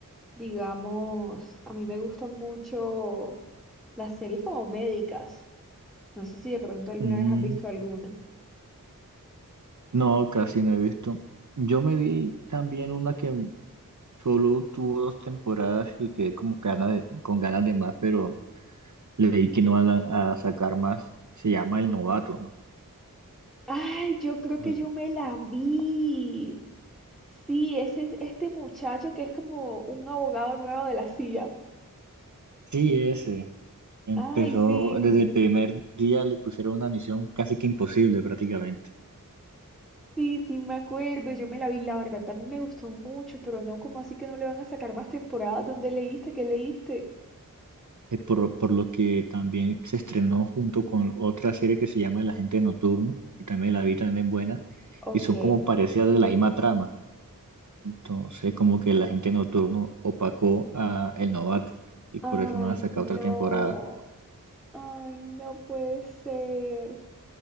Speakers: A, in the centre; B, on the right (about 60°).
A: Digamos, a mí me gustan mucho las series como médicas. No sé si de pronto alguna
B: Mm,
A: vez has visto alguna.
B: No, casi no he visto. Yo me vi también una que solo tuvo dos temporadas y quedé como ganas de- con ganas de más, pero leí que no van a, a sacar más. Se llama El Novato, ¿no?
A: Ay, yo creo
B: O
A: que
B: sea,
A: yo me la vi. Sí, ese es este muchacho que es como un abogado nuevo de la CIA.
B: sí, ese. Empezó
A: Ay, sí,
B: desde el primer día, le pusieron una misión casi que imposible prácticamente.
A: sí, sí, me acuerdo. Yo me la vi, la verdad, también me gustó mucho, pero no, como así que no le van a sacar más temporadas? ¿Dónde leíste? ¿Qué leíste?
B: Es por, por lo que también se estrenó junto con otra serie que se llama El Agente Nocturno, que también la vi, también es buena,
A: Ok.
B: y son como parecidas de la misma trama. Entonces, como que la gente nocturno opacó a El Novato y
A: Ay,
B: por eso no han sacado
A: no.
B: otra temporada.
A: Ay, no puede ser.